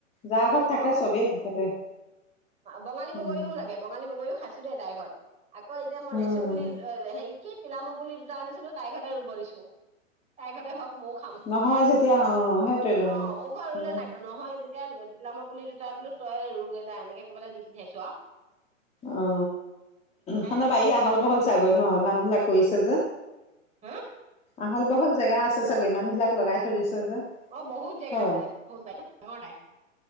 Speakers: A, on the left; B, on the right.
A: যাৰ ঘৰত থাকে
B: অ
A: চবেই থাকে দে
B: বঙালী
A: উম,
B: বগৰীও লাগে বঙালী বগৰীও খাইছো দেই তাইৰ ঘৰত আকৌ এতিয়া মই
A: উম।
B: লেচু পুলি হেৰি কি পিলাম পুলি দুটা আনিছিলো তাইৰ ঘৰতে ৰুব দিছো তাইৰ ঘৰতে হওক মৱো খাম
A: নহয় যেতিয়া অ', সেইটোৱেইটোন
B: অ মোৰ ঘৰ ৰুলে
A: অ',
B: নাগা নহয় যে <unintelligible> পিলামৰ পুলি দুটা বোলো তই ৰোগে যা এনেকে কৈ পেলাই দি পঠিয়াইছো আও
A: অ সন
B: ৰুইছে
A: বাৰি
B: সেইকাৰণে
A: আহল বহল চাগৈ ন ইমান বিলাক কৰিছে যে
B: হা
A: আহল বহল জেগা আছে চাগৈ ইমান বিলাক লগাই থৈ দিছে যে
B: অ বহুত জেগা
A: হয়।
B: আছে বহুত বাৰিখন ডাঙৰ দাই